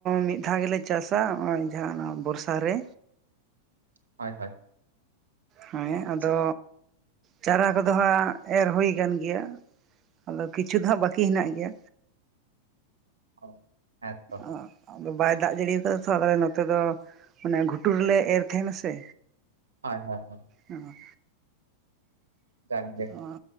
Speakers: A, on the right; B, on the right.
A: ᱢᱤᱫ ᱫᱷᱟᱣ ᱜᱮᱞᱮ ᱪᱟᱥᱟ ᱱᱚᱜ-ᱚᱭ ᱡᱟᱦᱟᱸ ᱚᱱᱟ ᱵᱚᱨᱥᱟ ᱨᱮ,
B: ᱦᱳᱭ ᱦᱳᱭ
A: ᱦᱮᱸ
B: ᱟᱪᱪᱷᱟ
A: ᱟᱫᱚᱼᱼ ᱪᱟᱨᱟ ᱠᱚᱫᱚ ᱦᱟᱸᱜ ᱮᱨ ᱦᱩᱭ ᱟᱠᱟᱱ ᱜᱮᱭᱟ ᱟᱫᱚ ᱠᱤᱪᱷᱩ ᱫᱚ ᱦᱟᱸᱜ ᱵᱟᱹᱠᱤ ᱦᱮᱱᱟᱜ ᱜᱮᱭᱟ᱾
B: ᱦᱮᱸ ᱛᱚ
A: ᱚ ᱟᱫᱚ ᱵᱟᱭ ᱫᱟᱜ ᱡᱟᱹᱲᱤᱭ ᱠᱟᱫᱟ ᱛᱚ ᱟᱞᱮ ᱱᱚᱛᱮ ᱫᱚ ᱢᱟᱱᱮ ᱜᱷᱩᱴᱩ ᱨᱮᱞᱮ ᱮᱨ ᱛᱟᱦᱮᱱᱟᱥᱮᱼᱼ
B: ᱦᱳᱭ ᱦᱳᱭ
A: ᱚᱸ
B: ᱡᱟᱜᱮ
A: ᱚ